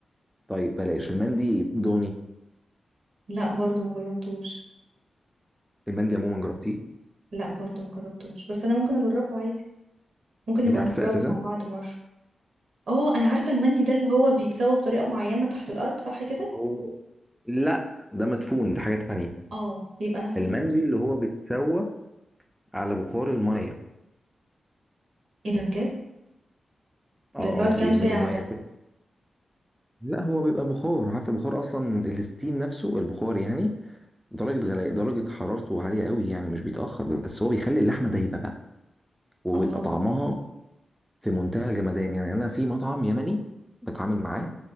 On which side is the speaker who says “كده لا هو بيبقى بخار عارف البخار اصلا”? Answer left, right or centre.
Centre